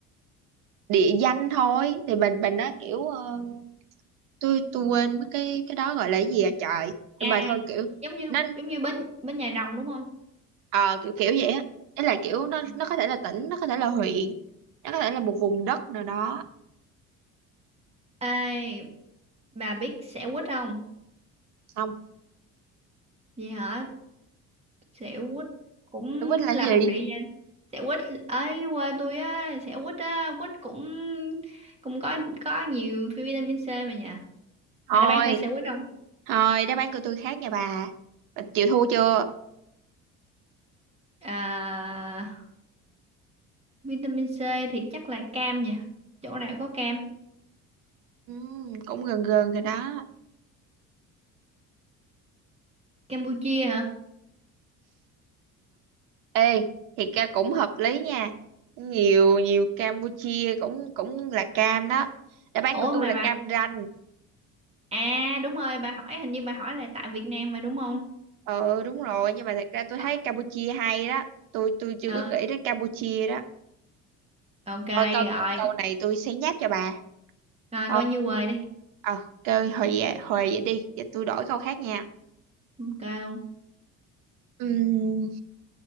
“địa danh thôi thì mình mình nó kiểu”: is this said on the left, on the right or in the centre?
Right